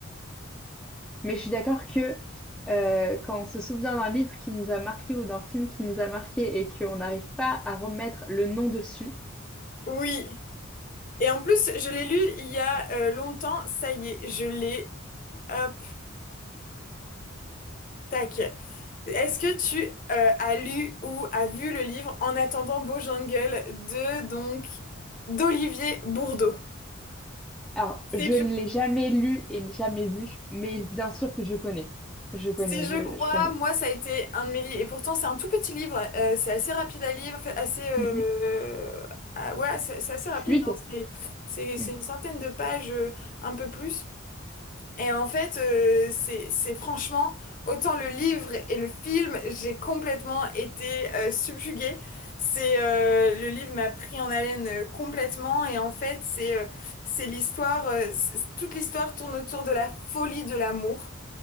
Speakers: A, in the centre; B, on the left (about 40°).
A: Mais je suis d'accord que euh, quand on se souvient d'un livre qui nous a marqué ou d'un film qui nous a marqué et qu'on n'arrive pas à remettre le nom dessus,
B: oui. Et en plus, je l'ai lu il y a euh, longtemps. Ça y est, je l'ai. Hop, tac. Est-ce que tu euh, as lu ou as vu le livre En attendant Beau Jungle de donc d'Olivier Bourdeau?
A: Alors, je
B: C'est je,
A: l'ai jamais lu et jamais vu, mais bien sûr que je connais. Je connais,
B: c'est,
A: je,
B: je crois,
A: je connais.
B: moi ça a été un de mes livres. Et pourtant c'est un tout petit livre, euh, c'est assez rapide à lire, fait- assez euh,
A: Mhm.
B: ah, ouais, c'est c'est assez rapide,
A: Fluide?
B: hein. C'est c'est- c'est
A: Mm.
B: une centaine de pages, euh, un peu plus. Et en fait, euh, c'est, c'est franchement, autant le livre et le film, j'ai complètement été euh, subjuguée. C'est euh, le livre m'a pris en haleine euh, complètement et en fait, c'est euh, c'est l'histoire, euh, c'est- toute l'histoire tourne autour de la folie de l'amour,